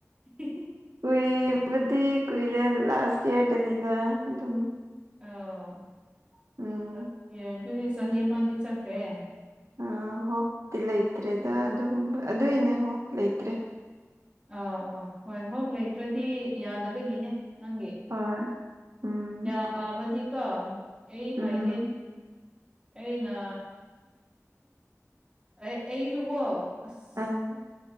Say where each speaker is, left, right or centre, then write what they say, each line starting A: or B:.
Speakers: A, on the right; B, on the right.
A: ꯍꯤ ꯍꯤ
B: ꯀꯨꯏꯕꯗꯤ ꯀꯨꯏꯔꯦ ꯂꯥꯁ ꯏꯌꯥꯔꯗꯅꯤꯅ ꯑꯗꯨꯝ
A: ꯑ
B: ꯎꯝ
A: ꯑꯗꯨꯗꯤ ꯆꯍꯤ ꯑꯃꯗꯤ ꯆꯠꯈ꯭ꯔꯦ
B: ꯑ ꯍꯇꯤ ꯂꯩꯇ꯭ꯔꯦꯗ ꯑꯗꯨꯒꯨꯝꯕ ꯑꯗꯨꯏꯅꯦ ꯍ ꯂꯩꯇ꯭ꯔꯦ
A: ꯑꯥ ꯑꯥ ꯍꯣꯏ ꯍꯣꯞ ꯂꯩꯇ꯭ꯔꯗꯤ ꯌꯥꯗꯕꯒꯤꯅꯦ ꯅꯪꯒꯤ
B: ꯍꯣꯏ ꯎꯝ
A: ꯇꯥꯕꯗꯤꯀꯣ ꯑꯩ
B: ꯎꯝ
A: ꯍꯥꯏꯒꯦ ꯑꯩꯅ ꯑꯩꯁꯨꯀꯣ ꯑꯁ
B: <unintelligible>